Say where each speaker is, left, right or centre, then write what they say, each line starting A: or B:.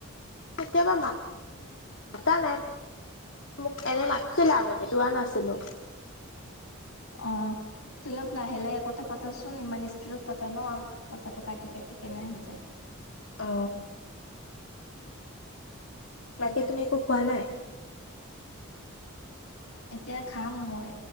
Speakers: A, on the left; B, on the left.
A: কেতিয়াবা মা মতা নাই, মোক এনেই মাতিছিলে আগতে যোৱা নাছিলো।
B: অ। তলপ লাহে - লাহে কথা পাতাচোন, ইমান স্পীডত পাতা ন আৰু কথাটো কাটি - কাটি কেনে আহি যায়।
A: অ। তাকে তুমি একো খোৱা নাই?
B: এতিয়া খাম মই,